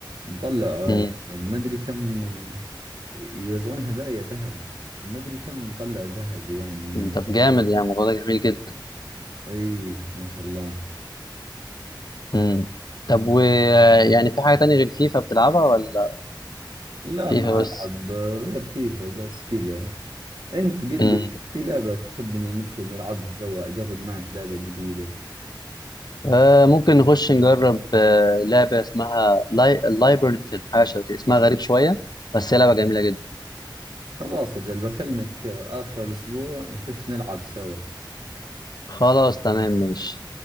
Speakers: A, on the right (about 70°); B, on the left (about 55°).
A: مطلع آه،
B: امم
A: مدري كم آه، يوزعون هدايا ذهب مدري كم مطلع ذهب يعني من الموضوع
B: طب جامد يعني الموضوع ده جميل جدا
A: ايه ما شاء الله
B: امم طب و آه، يعني في حاجة تانية غير فيفا بتلعبها ولا
A: لا
B: فيفا
A: ما
B: بس
A: ألعب غير فيفا بس كذا أنت قل
B: امم
A: لي وش في لعبة تحبنا ندخل نلعبها سوا أجرب معك لعبة جديدة
B: آه ممكن نخش نجرب آه لعبة اسمها لاي... لايبرنث حاجة شبه كده اسمها غريب شوية بس هي لعبة جميلة جدا
A: خلاص أجل بكلمك آخر الأسبوع نخش نلعب سوا
B: خلاص تمام ماشي